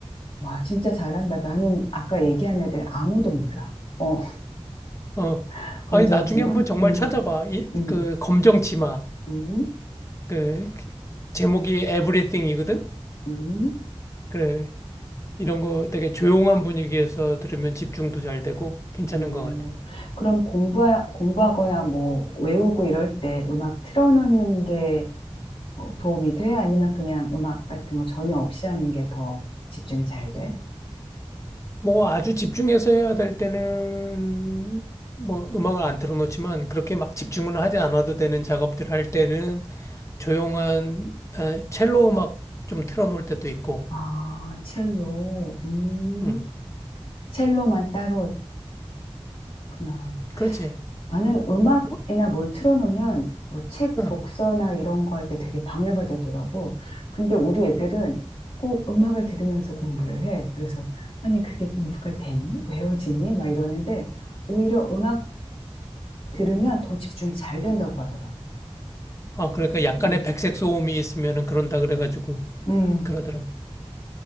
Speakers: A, on the left; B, on the left.
A: 와, 진짜 잘한다. 나는 아까 얘기한 애들 아무도 몰라. 어,
B: 어.
A: <laughs> 검정치마?
B: 아니, 나중에 한번 정말
A: 음,
B: 찾아봐. 이,
A: 음.
B: 그 검정 치마.
A: 음,
B: 그 제목이 Everything이거든.
A: 음.
B: 그래 이런 거 되게 조용한 분위기에서 들으면 집중도 잘 되고 괜찮은
A: 음,
B: 것 같아.
A: 그럼 공부하, 공부하거나 뭐 외우고 이럴 때 음악 틀어놓는 게 뭐 도움이 돼? 아니면 그냥 음악 같은 거 전혀 없이 하는 게 더 집중이 잘 돼?
B: 뭐 아주 집중해서 해야 될 때는 뭐 음악을 안 틀어놓지만 그렇게 막 집중은 하지 않아도 되는 작업들 할 때는 조용한 아, 첼로 음악 좀 틀어놓을 때도 있고.
A: 아, 첼로. 음,
B: 음
A: 첼로만 따로 있구나.
B: 그렇지.
A: 나는 음악이나
B: 뭐,
A: 뭘 틀어놓으면 뭐 책
B: 어.
A: 독서나 이런 거 할 때 되게 방해가 되더라고. 근데 우리 애들은 꼭 음악을 들으면서 공부를 해. 그래서 아니 그게 공부가 되니? 외워지니? 막 이러는데 오히려 음악 들으면 더 집중이 잘 된다고 하더라고.
B: 아 그러니까 약간의
A: 음.
B: 백색 소음이 있으면은 그런다 그래가지고
A: 음.
B: 그러더라고.